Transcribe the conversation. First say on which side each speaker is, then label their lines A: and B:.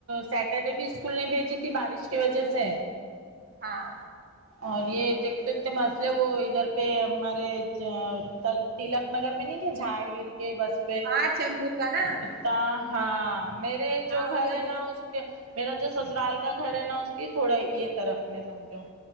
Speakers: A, on the right (about 75°); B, on the right (about 45°).
A: سیٹرڈے بھی اسکول نہیں بھیجی تھی بارش کی وجہ سے
B: ہاں
A: اور یہ ا تو اتے مسئلے وہ ادھر پہ ہمارے تلک نگر میں نہیں کہ جھاڑ گر کے بس
B: ہاں چمبر کا نہ
A: تا آ ہاں میرے جو
B: ادھر
A: گھر ہے
B: بھی
A: نا اس میرا جو سسرال کا گھر ہے نا اس کی تھوڑا یہ طرف میں سمجھوں